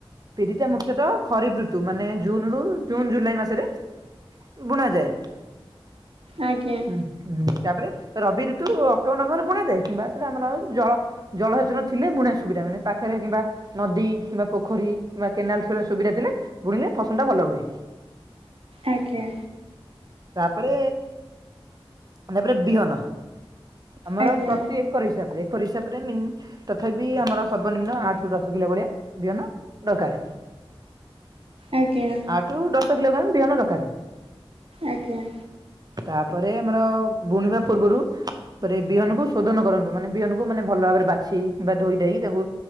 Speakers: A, on the right; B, on the right.
A: ବିରିଟା ମୁଖ୍ୟତଃ ଖରିଫ୍ ଋତୁ ମାନେ ଜୁନରୁ ଜୁନ ଜୁଲାଇ ମାସରେ। ବୁଣା ଯାଏ।
B: ଆଜ୍ଞା।
A: ହୁଁ ହୁଁ ତାପରେ ରବି ଋତୁ ଅକ୍ଟୋବର ନଭେବରେ ବୁଣା ଯାଏ କିମ୍ବା ସେଇଟା ଆମର ଜଳ ଜଳସେଚନ ଥିଲେ ବୁଣିଆ ସୁବିଧା ମାନେ ପାଖରେ କିମ୍ବା ନଦୀ କିମ୍ବା ପୋଖରୀ କିମ୍ବା କେନାଲ ସୁବିଧା ଥିଲେ ବୁଣିଲେ ଫସଲଟା ଭଲ ହୁଏ।
B: ଆଜ୍ଞା।
A: ତାପରେ ତାପରେ ବିଅନ। ଆମର
B: ଆଜ୍ଞା
A: ପ୍ରତି ଏକର ହିସାବରେ ଏକ ହିସାବ ହିସାବରେ ମିନ ତଥାପି ଆମର ସର୍ବନିମ୍ନ ଆଠ ରୁ ଦଶ କିଲୋ ଭଳିଆ ବିହନ ଦରକାର।
B: ଆଜ୍ଞା।
A: ଆଠ ରୁ ଦଶ କିଲୋଗ୍ରାମ ବିହନ ଦରକାର।
B: ଆଜ୍ଞା।
A: ତାପରେ ଆମର ବୁଣିବା ପୂର୍ବରୁ ବିହନକୁୁ ଶୋଧନ କରନ୍ତୁ ମାନେ ବିହନକୁ ମାନେ ଭଲ ଭାବରେ ବାଛି କିମ୍ବା ଧୋଇ ଦେଇକି ତାକୁ